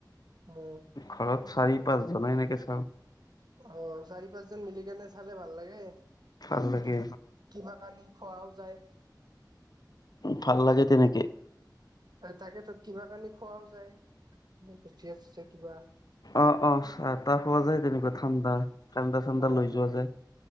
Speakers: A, on the right; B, on the left.
A: উম।
B: ঘৰত চাৰি, পাঁচজনে এনেকে চাওঁ।
A: অঁ, চাৰি -পাঁচজন মিলি কেনে চালে ভাল লাগে।
B: ভাল লাগে
A: কি-কিবা কানি খোৱাও যায়।
B: ভাল লাগে তেনেকে।
A: তাকেতো কিবা আনি খোৱাও যায় ভোজিয়া- চোজিয়া কিবা।
B: অঁ, অঁ, চাহ -তাহ পোৱা যায় তেনেকুৱা ঠাণ্ডা ঠাণ্ডা- চাণ্ডা
A: অ
B: লৈ যোৱা
A: অ
B: যায়।